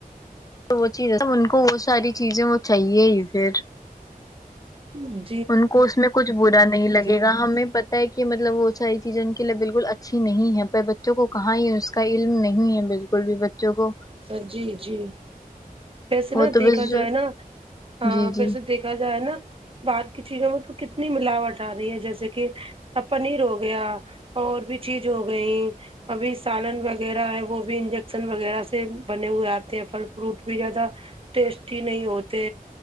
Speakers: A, on the left; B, on the right.
A: تو وہ چیزب ان کو وہ ساری چیزیں وہ چاہیے ہی پھر
B: ہوں
A: ان کو اس میں کچھ برا نہیں لگے
B: ہیں
A: گا ہمیں کہ مطلب وہ ساری چیزیں ان کے لیے بالکل اچھی نہیں ہے پر بچوں کو کہاں ہی کا علم نہیں ہے بالکل بھی بچوں کو
B: سر جی جی پیسے
A: وہ
B: نا
A: تو
B: دیکھا
A: بس جو
B: جائے نا ہاں
A: جی جی
B: پیسے دیکھا جائے نا باہر کی چیزوں میں تو کتنی ملاوٹ آ رہی ہے جیسے کہ ا پنیر ہو گیا اور بھی چیز ہو گئی ابھی سالن وغیرہ ہے وہ بھی انجیکشن وغیرہ سے بنے ہوئے آتے ہیں پھل فروٹ زیادہ ٹیسٹی نہیں ہوتے